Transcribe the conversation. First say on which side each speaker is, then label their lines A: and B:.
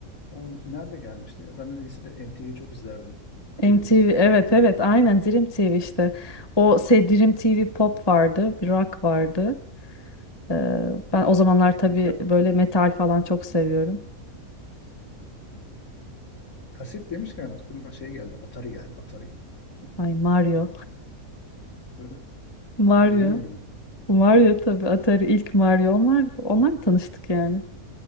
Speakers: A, on the left; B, on the left.
A: o nerede gelmişti ya? Ben de lisede MTV'yi çok izlerdim.
B: MTV
A: Dream TV.
B: evet
A: Dream,
B: evet aynen Dream TV işte. O şey Dream TV Pop vardı, bir rock vardı. Ee, ben o zamanlar tabii
A: ya,
B: böyle metal falan çok seviyorum.
A: yani kaset demişken aklıma şey geldi. Atari geldi. Atari.
B: Ay Mario.
A: <laughs>
B: Mario.
A: Oynuyor muydum
B: Mario tabii Atari ilk Mario. Onlar, onlar tanıştık yani.